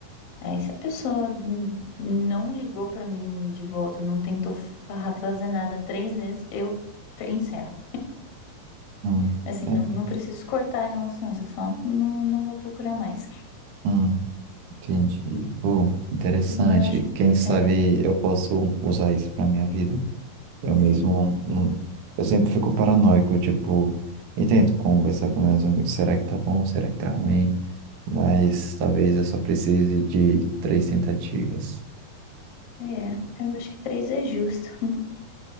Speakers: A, on the left; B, on the right.
A: Aí se a pessoa n- não ligou pra mim de volta, não tentou fa- fazer nada três vezes, eu te- encerro.
B: Hum,
A: Assim,
B: é,
A: não, não preciso cortar relações, eu só não, não vou procurar mais.
B: hum. Entendi. Pô, interessante.
A: E aí também eu acho que
B: Quem sabe
A: é,
B: eu posso usar isso pra minha vida. Eu
A: sim,
B: mesmo, não- eu sempre fico paranoico, tipo, e tento conversar com meus amigos, será que tá bom? Será que tá ruim? Mas talvez eu só precise de três tentativas.
A: é, eu acho que três é justo. <laughs>